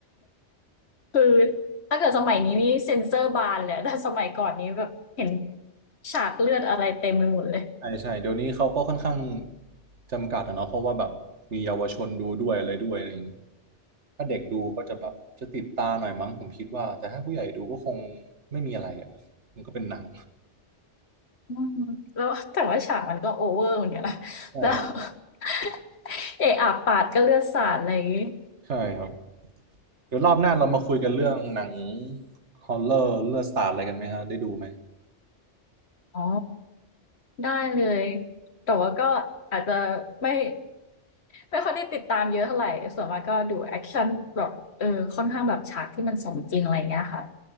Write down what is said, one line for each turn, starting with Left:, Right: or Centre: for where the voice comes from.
Left: คือถ้าเกิดสมัยนี้นี่เซ็นเซอร์บานเลยแต่สมัยก่อนนี้แบบเห็นฉากเลือดอะไรเต็มไปหมดเลย
Right: ใช่ใช่เดี๋ยวนี้เขาก็ค่อนข้างจำกัดอะเนาะเพราะว่าแบบมีเยาวชนดูด้วยอะไรด้วยอะไรอย่างงี้ถ้าเด็กดูก็จะแบบจะติดตาหน่อยมั้งผมคิดว่าแต่ถ้าผู้ใหญ่ดูก็คงไม่มีอะไรอ่ะมันก็เป็นหนัง
Left: อืมแล้วแต่ว่าฉากมันก็โอเวอร์เหมือนกันนะ <laughs>
Right: ใช่
Left: แล้ว <laughs> เอะอะปาดก็เลือดสาดอะไรอย่างงี้
Right: ใช่ครับเดี๋ยวรอบหน้าเรามาคุยกันเรื่องหนังฮอลเลอร์เลือดสาดอะไรกันไหมฮะได้ดูไหม
Left: อ๋อได้เลยแต่ว่าก็อาจจะไม่ไม่ค่อยได้ติดตามเยอะเท่าไหร่ส่วนมากก็ดูแอคชั่นแบบเออค่อนข้างแบบฉากที่มันสมจริงอะไรอย่างเงี้ยค่ะ